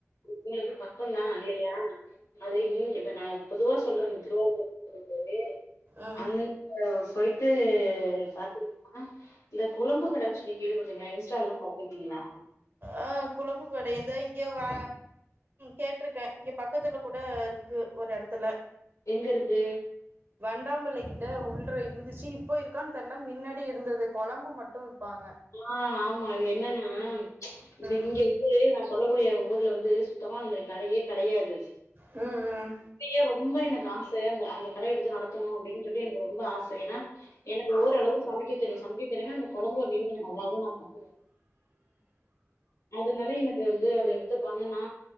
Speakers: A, on the left; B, on the right.
A: உங்களுக்கு பக்கந்தான் இல்லயா அது இ இப்ப நான் பொதுவா சொல்றேங்க திருவாரூர் <unintelligible>
B: ம்
A: அந்த போயிட்டு ந்து பாத்தீங்னா இந்த குழம்பு கட சொல்லி கேள்வி பட்ருக்கீங்களா இன்ஸ்ட்டால்லாம் பாத்துருக்கீங்களா
B: ஆ குழம்பு கடை இந்த இங்க அ கேட்டிருக்கேன் இங்க பக்கத்துல கூட இருக்கு ஒரு எடத்துல
A: எங்க இருக்கு
B: வண்டாம்பிள்ளை கிட்ட உள்ளற இருந்துச்சு இப்போ இருக்கான்னு தெர்ல மின்னாடி இருந்தது கொழம்பு மட்டு விப்பாங்க
A: ஆ ஆமா அது என்னனா இது
B: ம்
A: இங்க து நா சொல்லக்கூடிய எங்க ஊர்ல வந்து சுத்தமா அந்த மாரி கடையே கெடையாது
B: ம் ம்
A: அப்பயே ரொம்ப எனக்கு ஆச அ அந்த கடைய எடுத்து நடத்தணும் அப்டின்னு சொல்லி எனக்கு ரொம்ப ஆச ஏன்னா எனக்கு ஓரளவு சமைக்க தெரியும் சமைக்க தெரியுன்னா அந்த கொழம்பு வகைங்க கொஞ்சோ நல்லாவு நா பண்ணுவேன் அதனால எனக்கு வந்து அத எடுத்து பண்ணுனா